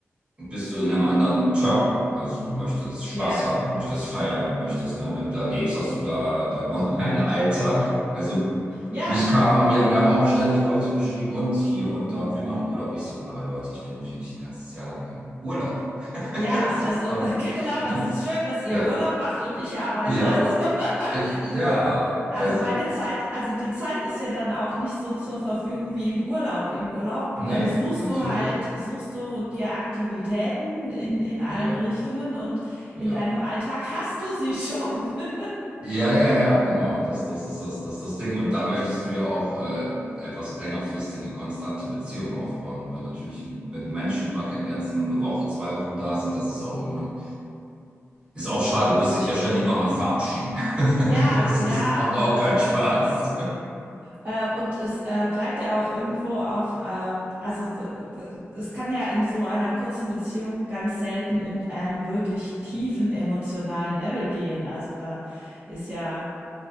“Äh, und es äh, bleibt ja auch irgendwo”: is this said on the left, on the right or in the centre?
Right